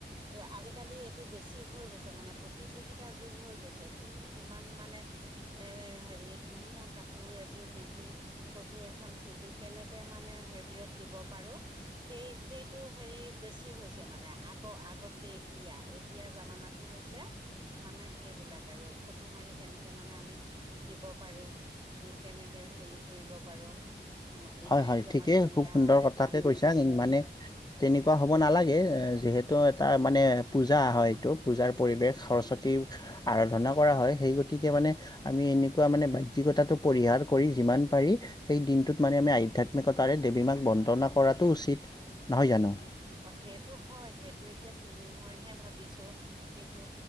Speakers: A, on the right (about 25°); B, on the left (about 20°).
A: এ আজিকালি এইটো বেছি হৈ গৈছে মানে প্ৰতিযোগিতা যুগ হৈ গৈছে কোনে কিমান মানে এৰ হেৰি ধুনীয়া কাপোৰ এযোৰ পিন্ধি ফটো এখন তুলি কেনেকে মানে হেৰিয়ত দিব পাৰো সেই সেইটো হেৰি বেছি হৈছে মানে আগ আগতকে এতিয়া এতিয়া জামানা টো হৈছে মানে সেইবিলাক আৰু ফটো মাৰি কেনেকে মানে আমি দিব পাৰো দি কেনেকে হেৰি কৰিব পাৰো
B: হয়
A: তাইতকে
B: হয় ঠিকেই
A: মই ধুনীয়া
B: খুব সুন্দৰ
A: দেখা
B: কথাকে
A: যায়
B: কৈছা কিন- মানে তেনেকুৱা হ'ব নালাগে যিহেতু এটা মানে পূজা হয় ত পূজাৰ পৰিৱেশ
A: উম
B: সৰস্বতী আৰাধনা কৰা হয় সেই গতিকে মানে আমি এনেকুৱা মানে বাহ্যিকতাটো পৰিহাৰ কৰি যিমান পাৰি সেই দিনটোত মানে আমি আধ্যাত্মিকতাৰে দেৱী মাক বন্দনা কৰাটো উচিত নহয় জানো
A: উ অ সেইটো হয় সেইটো এতিয়া তুমি মইহে ভাবিছোঁ কিন্তু